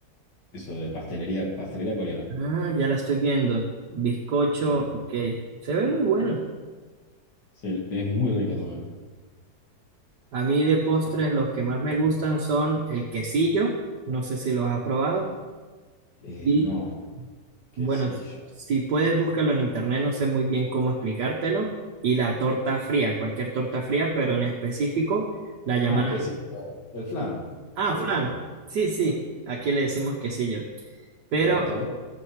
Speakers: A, on the left (about 75°); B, on the right (about 70°).
A: eso, de pastelería, pastelería coreana.
B: Ah, ya la estoy viendo. Bizcocho,
A: Mm.
B: ok. Se ve muy bueno.
A: Sí, es muy rico también.
B: A mí de postres los que más me gustan son el quesillo, no sé si los has probado,
A: Eh,
B: y
A: no, quesillo.
B: bueno, s- si puedes búscalo en internet, no sé muy bien cómo explicártelo, y la torta fría, cualquier torta fría, pero en específico la llamada...
A: Ah, quesillo. El flan,
B: Ah,
A: se
B: flan
A: dice acá.
B: sí, sí, aquí le decimos quesillo, pero
A: La torta,